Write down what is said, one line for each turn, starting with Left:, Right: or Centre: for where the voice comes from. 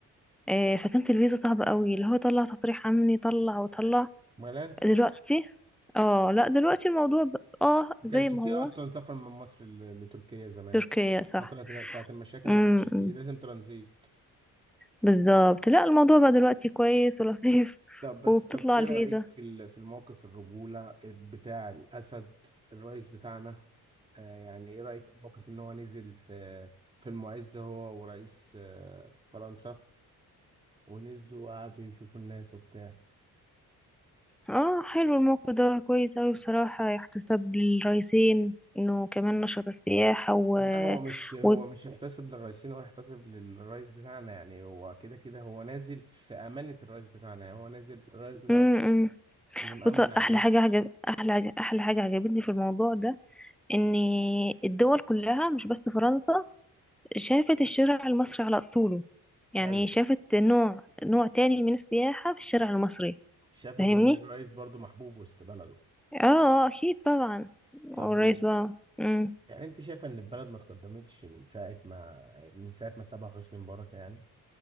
Centre: آه فكانت الفيزا صعبه قوي اللي هو طلع تصريح امني طلع وطلع
Right: ما لازم
Centre: دلوقتي اه لا دلوقتي الموضوع ب... اه
Right: ما
Centre: زي
Right: كانش
Centre: ما
Right: فيه
Centre: هو
Right: اصلا سفر من مصر ل... لتركيا زمان
Centre: تركيا صح
Right: فتره ساعه المشاكل
Centre: امم
Right: ما كانش فيه لازم ترانزيت
Centre: بالظبط لا الموضوع بقى دلوقتي كويس ولطيف <laughs>
Right: طب بس
Centre: وبتطلع
Right: طب ايه
Centre: الفيزا
Right: رأيك في ال- في الموقف الرجولة بتاع الأسد الرئيس بتاعنا آه يعني ايه رأيك في الموقف ان هو نزل في في المعز هو ورئيس آه فرنسا ونزلوا وقعدوا يشوفوا الناس وبتاع
Centre: اه حلو الموقف ده كويس اوي بصراحة يحتسب للرئيسين انه كمان نشر السياحة و,
Right: لا هو مش هو
Centre: و...
Right: مش يحتسب للرئيسين هو يحتسب للرئيس بتاعنا يعني هو كده كده هو نازل في أمانة الرئيس بتاعنا يعني هو نازل الرئيس بتاعنا
Centre: م -م.
Right: اللي مأمن
Centre: بص احلى
Right: عليه
Centre: حاجة عجب... احلى عجب... احلى حاجة عجبتني في الموضوع ده ان الدول كلها مش بس فرنسا شافت الشارع المصري على اصوله يعني
Right: ايوه
Centre: شافت نوع نوع تاني من السياحة في الشارع المصري
Right: شافت
Centre: فاهمني
Right: ان الرئيس برضو محبوب وسط بلده
Centre: اه آه، اكيد طبعا والرئيس
Right: طب و-
Centre: بقى م.
Right: يعني انت شايفه ان البلد ما تقدمتش من ساعه ما من ساعه ما سابها حسني مبارك يعني